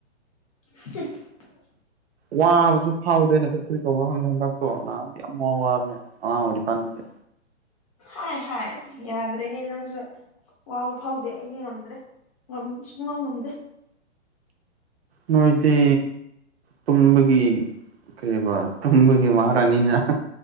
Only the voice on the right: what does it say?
ꯋꯥꯕꯁꯨ ꯐꯥꯎꯗꯦꯅ <unintelligible> ꯀ꯭ꯔꯤ ꯀꯧꯕ꯭ꯔꯣ ꯈꯪꯗꯦ ꯍꯟꯗꯛꯇꯣ ꯅꯍꯥꯟꯗꯤ ꯌꯥꯝꯅ ꯋꯥ ꯋꯥꯕꯅ° ꯑꯉꯥꯡ ꯑꫭꯏꯔꯤꯀꯥꯟꯗꯗꯤ
ꯅꯣꯏꯗꯤ ꯇꯨꯝꯕꯒꯤ ꯀꯩꯕ ꯇꯨꯝꯕꯒꯤ ꯃꯍꯥ ꯔꯥꯅꯤꯅ